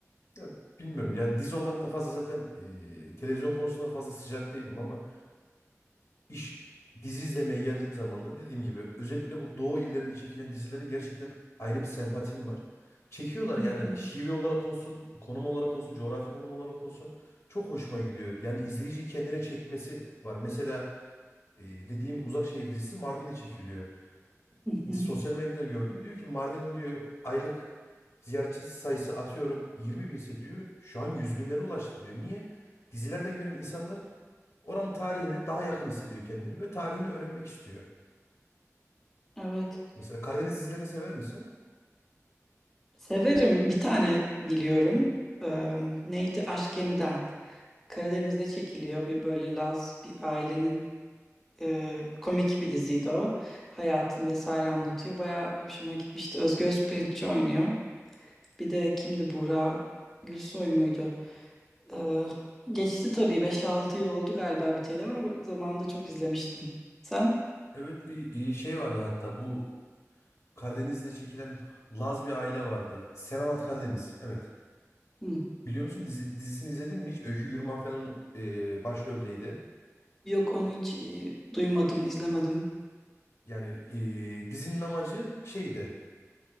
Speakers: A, on the left; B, in the centre.
A: Ya, bilmiyorum yani dizi olarak da fazla zaten e, televizyon konusunda fazla sıcak değilim ama iş dizi izlemeye geldiğim zaman da dediğim gibi özellikle bu Doğu illerinde çekilen dizilere gerçekten ayrı bir sempatim var. Çekiyorlar
B: Hı
A: yani
B: hı.
A: şive olarak olsun, konum olarak olsun, coğrafi konum olarak olsun çok hoşuma gidiyor. Yani izleyiciyi kendine çekmesi var. Mesela e, dediğim Uzak Şehir dizisi Mardin'de çekiliyor.
B: Hı hı.
A: Sosyal medyada gördüm. Diyor ki Mardin'in diyor aylık ziyaretçi sayısı atıyorum 20 binse diyor. Şu an 100 binlere ulaştı diyor. Niye? Dizilerden gören insanlar oranın tarihine daha yakın hissediyor kendini ve tarihini öğrenmek istiyor.
B: Evet.
A: Mesela Karadeniz dizilerini sever misin?
B: Severim. Bir tane biliyorum. Ee, neydi? Aşk Yeniden. Karadeniz'de çekiliyor bir böyle Laz bir ailenin e, komik bir diziydi o. Hayatını vesaire anlatıyor. Bayağı hoşuma gitmişti. Özge Özpirinççi oynuyor. Bir de kimdi Buğra Gülsoy muydu? E, geçti tabii beş altı yıl oldu galiba biteli ama zamanında çok izlemiştim. Sen?
A: Evet bir e, şey vardı hatta bu Karadeniz'de çekilen Laz bir aile vardı. Sen Anlat Karadeniz. Evet.
B: Hı.
A: Biliyor musun dizi, dizisini izledin mi hiç? Öykü Gürman falan e, başroldeydi.
B: Yok onu hiç e, duymadım, izlemedim.
A: Yani e, dizinin amacı şeydi.